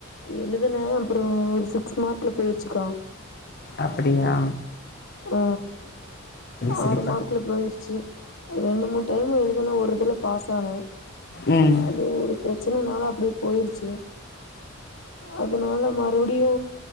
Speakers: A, on the left; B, on the left.
A: எழுதுனே அப்புறோ ம ஒரு சிக்ஸ் மார்க்ல போயிருச்சுக்கா
B: அப்டியா
A: ஆ
B: சரிப்பா
A: ஆறு மார்க்கல போயிருச்சு ரெண்டு மூணு டைம் எழுதனா ஒரு இதுல பாஸ் ஆன
B: ம்
A: அது ஒரு பிர சின்ன நாள அப்டியே போயிருச்சு அதனால மறுபடியு